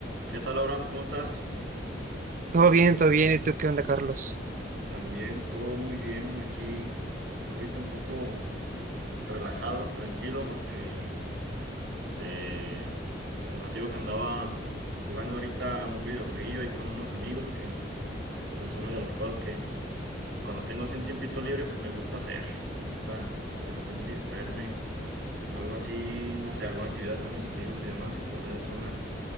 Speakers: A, on the right; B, on the right.
A: ¿Qué tal, Abraham? ¿Cómo estás?
B: Todo bien, todo bien. ¿Y tú qué onda, Carlos?
A: También todo muy bien aquí. Ahorita un poco relajado, tranquilo, porque te, te platico que andaba jugando ahorita un videojueguillo ahí con unos amigos que pues es una de las cosas que cuando tengo así un tiempito libre pues me gusta hacer. Me gusta de repente distraerme con algo así, no sé, alguna actividad con mis amigos y demás y pues es una